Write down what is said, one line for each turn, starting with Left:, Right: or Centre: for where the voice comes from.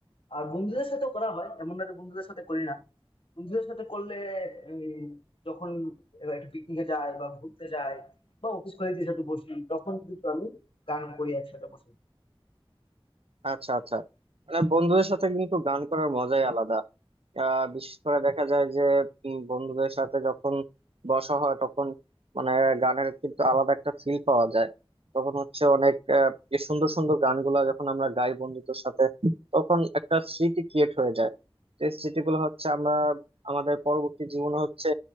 Left: আর বন্ধুদের সাথে করা হয় এমন না যে বন্ধুদের সাথে করি না বন্ধুদের সাথে করলে এই, যখন একটা পিকনিকে যাই বা ঘুরতে যাই বা অফিস কলিগদের সাথে বসি তখন কিন্তু আমি গান করি একসাথে বসে
Right: আচ্ছা আচ্ছা মানে বন্ধুদের সাথে কিন্তু গান করার মজাই আলাদা আহ বিশেষ করে দেখা যায় যে উম, বন্ধুদের সাথে যখন বসা হয় তখন মানে গানের কিন্তু আলাদা একটা ফিল পাওয়া যায় তখন হচ্ছে অনেক আহ, যে সুন্দর সুন্দর গানগুলা যখন আমরা গাই বন্ধুদের সাথে তখন একটা স্মৃতি ক্রিয়েট হয়ে যায় তো এই স্মৃতিগুলো হচ্ছে আমরা আমাদের পরবর্তী জীবনে হচ্ছে